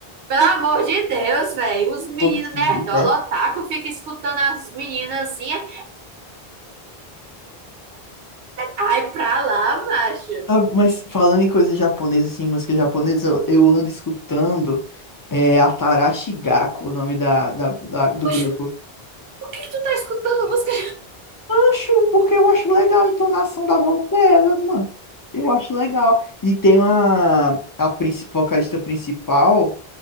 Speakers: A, on the right; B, on the left.
A: Pelo amor de Deus, velho, os meninos
B: Povo esquisito,
A: nerdola,
B: é?
A: otaku, fica escutando as meninazinhas. Ai, pra lá, macho.
B: Sabe, mas falando em coisa japonesa, assim, música japonesa, eu, eu ando escutando é, a Tarashi Gako, o nome da, da, da- do
A: Macho,
B: grupo.
A: por que que tu tá escutando música
B: Acho, porque eu acho legal a entonação da voz delas, mano. Eu acho legal. E tem uma a princi- vocalista principal,